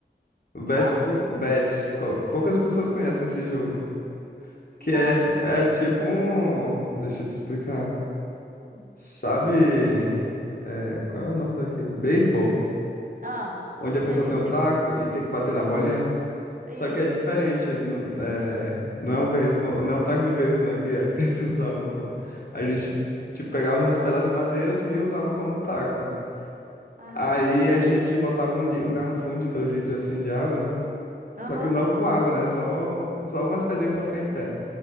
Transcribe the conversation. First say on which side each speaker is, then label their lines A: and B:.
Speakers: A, on the left; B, on the right.
A: O Betis,
B: Hã?
A: pou- Betis, co- poucas pessoas conhecem esse jogo. Que
B: Não,
A: é, de-
B: pelo.
A: é tipo um. Deixa eu te explicar.
B: hum.
A: Sabe. é, qual é o nome daquele? Beisebol.
B: Ah,
A: Onde a pessoa
B: sei,
A: tem
B: sei.
A: um taco e tem que bater na bolinha.
B: Isso.
A: Só que é diferente. Não é, não é um beisebol, não é um taco de beisebol, né? Que as <laughs> crianças usavam na rua. A gente, tipo, pegava uns pedaços de madeira assim e usava como taco.
B: Ah,
A: Aí a gente botava um, li- um garrafão de dois litros assim de água,
B: aham,
A: só que não com água, né? Só, só algumas pedrinhas pra ficar em pé.